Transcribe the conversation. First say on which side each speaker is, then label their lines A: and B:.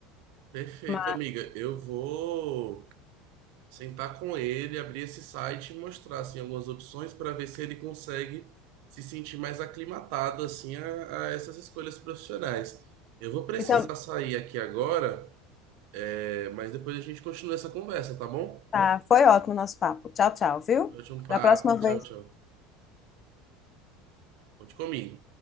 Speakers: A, on the right; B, on the left.
A: Perfeito,
B: Mas-
A: amiga. Eu vou sentar com ele, abrir esse site e mostrar assim, algumas opções para ver se ele consegue se sentir mais aclimatado assim a a essas escolhas profissionais. Eu vou precisar
B: Então,
A: sair aqui agora. É, mas depois a gente continua essa conversa, tá bom?
B: Tá, foi ótimo o nosso papo. Tchau, tchau, viu?
A: Ótimo papo.
B: Da próxima
A: Tchau,
B: vez.
A: tchau. Conte comigo.